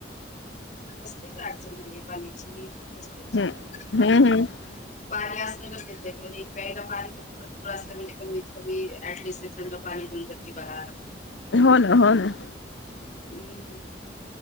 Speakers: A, on the left (about 40°); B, on the left (about 80°).
A: कसलीच अडचण नहीये पाण्याची. व्यवस्थित
B: हम्म
A: मिळतंय पाणी,
B: हम्म हम्म
A: पाणी असून नं देत्या दोनी प्यायला पाणी तर. भरपूर असल म्हणजे, कमीत कमी ऍटलिस्ट ते थंड पाणी पीऊन तर जीवाला आराम.
B: हो ना, हो ना.
A: हूं